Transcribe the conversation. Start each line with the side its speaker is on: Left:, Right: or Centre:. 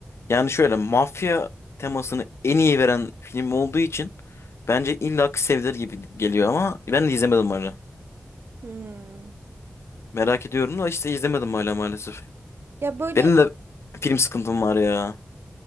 Left: yani şöyle mafya temasını en iyi veren film olduğu için bence illa ki sevilir gibi geliyor ama ben de izlemedim öyle.
Right: Hmm.
Left: Merak ediyorum da işte izlemedim hala maalesef.
Right: Ya böyle
Left: Benim de film sıkıntım var ya.